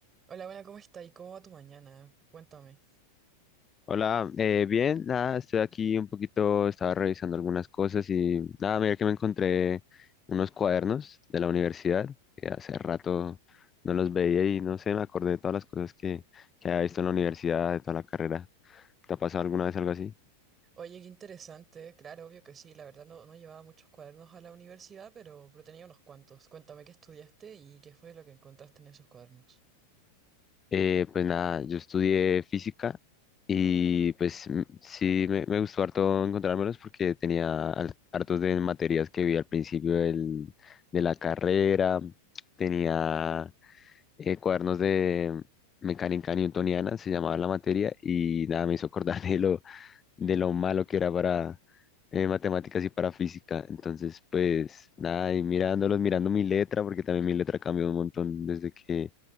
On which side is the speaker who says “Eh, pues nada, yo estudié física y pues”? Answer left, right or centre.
Left